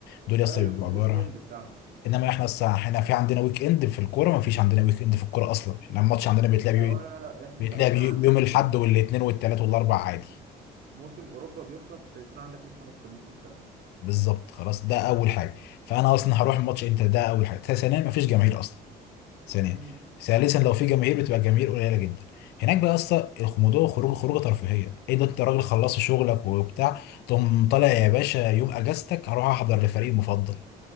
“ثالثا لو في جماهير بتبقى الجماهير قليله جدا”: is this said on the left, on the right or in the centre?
Left